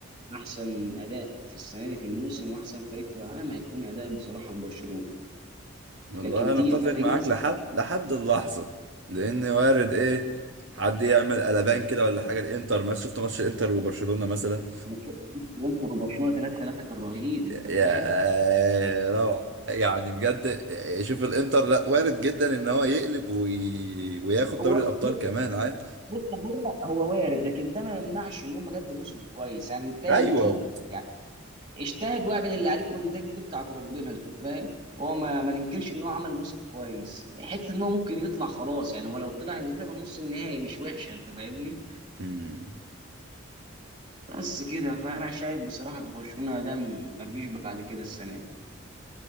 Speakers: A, on the right; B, on the right.
A: احسن اداء في السنه دي في الموسم واحسن فريق في العالم هيكون اداء بصراحه لبرشلونه
B: والله
A: لكن
B: انا
A: تيجي
B: اتفق
A: الفريق
B: معاك
A: مثلا
B: لحد لحد اللحظه لان وارد ايه حد يعمل قلبان كده ولا حاجه الانتر ما شفت ماتش الانتر وبرشلونه مثلا
A: انا شايف انتر وبرشلونه 3 3 كان رهيب انت فاهم
B: يا روعه يعني بجد شوف الانتر لا وارد جدا ان هو يقلب وي... وياخد
A: هو
B: دوري الابطال
A: بص
B: كمان عادي
A: بص هو هو وارد لكن ده ما يمنعش ان هم قدموا موسم كويس يعني النتائج
B: ايوه
A: دي
B: و...
A: يعني اجتهد واعمل اللي عليك والنتائج دي بتاعت ربنا انت فاهم هو ما, ما ننكرش ان هو عمل موسم كويس حته ان هو ممكن يطلع خلاص يعني هو لو طلع هيبقى طلع في نص النهائي مش وحشه انت فاهمني
B: مم.
A: بس كده فانا شايف بصراحه ان برشلونه ده ما فيش بعد كده السنه